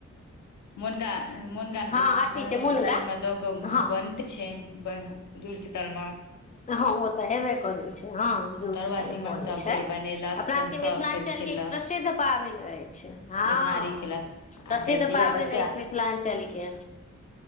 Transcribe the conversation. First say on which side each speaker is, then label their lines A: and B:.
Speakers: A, on the left; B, on the left.
A: मुनगा- मुनगा
B: हँ
A: दालि
B: अथी छै मुनगा
A: में दऽ कऽ
B: हँ
A: बनते छै। ब जुड़सीतल में।
B: हँ ओ तऽ हेबे करै छै, हँ जुड़-
A: तरुआ
B: सीतल
A: तीमन
B: में बनै
A: सब
B: छै।
A: फेर
B: अपना
A: बनेलक तऽ
B: सबके
A: सब
B: मिथिलाञ्चल
A: फेर खेलक
B: के ई प्रसिद्ध पाबनि अछि, हँ
A: दुथारी खेलक
B: प्रसिद्ध
A: आ फेर जहिया
B: पाबनि
A: बसिया
B: अइछ। मिथिलाञ्चलके।